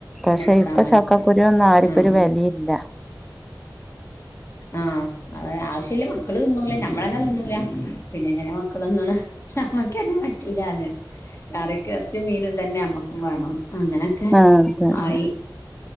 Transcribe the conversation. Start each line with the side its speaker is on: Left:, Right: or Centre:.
Centre: പക്ഷെ
Left: പിന്നെ എടുക്കാൻ
Centre: ഇപ്പൊ
Left: വേണ്ടിട്ട്
Centre: ചക്കക്കുരു നന്നും ആർക്കു
Left: ആഹ്
Centre: ഒരു വെലീല്ല
Left: ആഹ് അതെ ആവശ്യല്ല മക്കള് തിന്നൂല ഞമ്മളന്നെ തിന്നൂല പിന്നെ എങ്ങനെ മക്കള് ന്ന്ണ് ഞമ്മക്കന്നെ പറ്റൂലാന്ന് കറിക്ക് എറച്ചിം മീനു തന്നെ ഞമ്മക്കും വേണം അങ്ങനെയൊക്കെ
Centre: ആഹ് അതെ അതെ
Left: ആയി